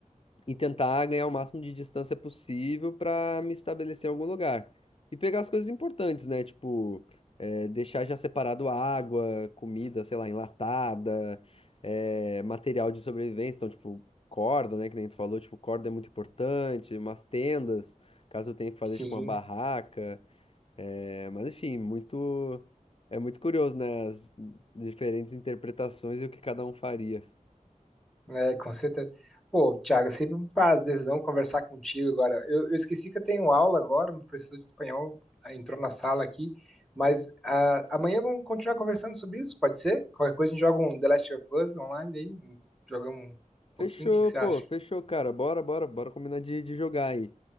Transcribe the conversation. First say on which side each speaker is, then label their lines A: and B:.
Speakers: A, on the left; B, in the centre.
A: e tentar ganhar o máximo de distância possível para me estabelecer em algum lugar. E pegar as coisas importantes, né? Tipo, é, deixar já separado água, comida, sei lá, enlatada, é, material de sobrevivência. Então, tipo, corda, né? Que nem tu falou, tipo, corda é muito importante, umas tendas, caso eu tenha que fazer,
B: Sim.
A: tipo, uma barraca. É, mas enfim, muito é muito curioso, né? As diferentes interpretações e o que cada um faria.
B: É, com certeza. Pô, Thiago, é sempre um prazerzão conversar contigo agora. Eu, eu esqueci que eu tenho aula agora, meu professor de espanhol ah, entrou na sala aqui, mas ah, amanhã vamos continuar conversando sobre isso, pode ser? Qualquer coisa a gente joga um The Last of Us online aí, jogamos um
A: Fechou,
B: pouquinho, o que que você
A: pô,
B: acha?
A: fechou, cara. Bora, bora, bora combinar de, de jogar aí.